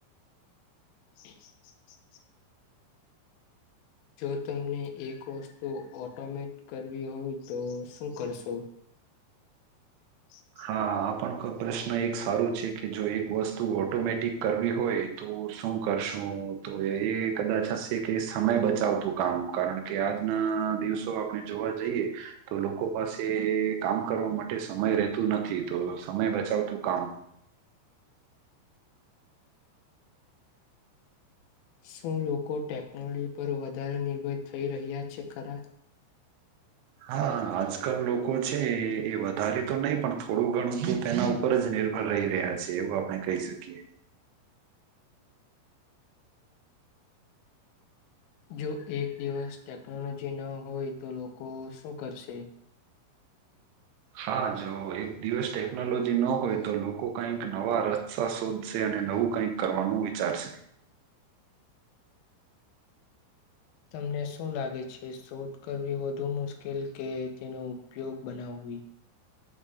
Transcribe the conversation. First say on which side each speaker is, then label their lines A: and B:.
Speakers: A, on the left; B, on the right.
A: <inaudible> જો તમને એક વસ્તુ ઓટોમેટ કરવી હોય તો શું કરશો <inaudible>
B: હા આ પ્રશ્ન એક સારું છે કે જો એક વસ્તુ ઓટોમેટિક કરવી હોય તો શું કરશું તો એ કદાચ હશે કે સમય બચાવતું હોયે કારણ કે આજના દિવસો આપણે જોવા જઈએ, તો લોકો પાસે કામ કરવા માટે સમય રહેતું નથી તો સમય બચાવતું કામ.
A: શું લોકો ટેકનોલોજી પર વધારે નિર્ભય થઈ રહ્યા છે ખરા.
B: હા આજકાલ લોકો છે એ વધારે તો નહીં પણ થોડું ઘણું તું તેના ઉપર જ ને. નિર્ભર રહી રહ્યા છે એવું આપણે કહી શકીએ.
A: જો એક દિવસ ટેકનોલોજી ન હોય તો લોકો શું કરશે?
B: હા જો એક દિવસ ટેકનોલોજી ન હોય તો લોકો કઈક નવા રસ્તા શોધશે અને અને નવું કંઈક કરવાનું વિચારશે.
A: તમને શું લાગે છે શોટ કરવી વધુ મુશ્કેલ કે તેનો ઉપયોગ બનાવવો? વી.